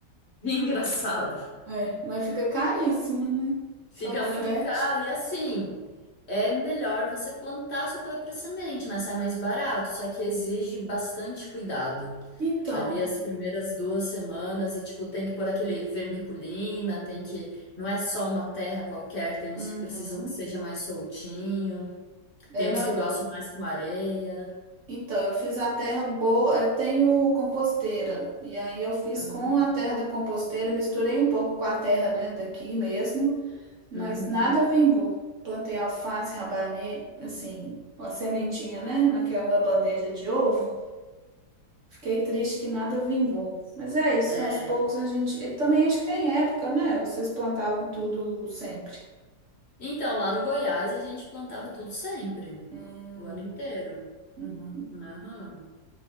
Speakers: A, on the left; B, on the right.
A: <laughs> Engraçado.
B: É, mas fica caríssimo, né?
A: Fica
B: Só o frete.
A: muito caro. E assim, é melhor você plantar sua própria semente, né? Sai mais barato, só que exige bastante cuidado.
B: Então,
A: Ali as primeiras duas semanas, e tipo, tem que pôr aquele vermiculina, tem que. Não é só uma terra qualquer, tem uns
B: uhum.
A: que precisam que seja mais soltinho, tem
B: É
A: uns
B: na-
A: que gostam mais com areia.
B: Então, eu fiz a terra boa, eu tenho composteira. E aí eu fiz
A: Aham.
B: com a terra da composteira, misturei um pouco com a terra, né, daqui mesmo. Mas
A: Uhum.
B: nada vingou. Plantei alface, rabanete, assim, uma sementinha, né? Naquela bandeja de ovo. Fiquei triste que nada vingou. Mas é isso,
A: É.
B: aos poucos a gente. e também acho que tem época, né? Vocês plantavam tudo sempre.
A: Então, lá no Goiás, a gente plantava tudo sempre,
B: Hum,
A: o ano inteiro.
B: uhum.
A: Aham.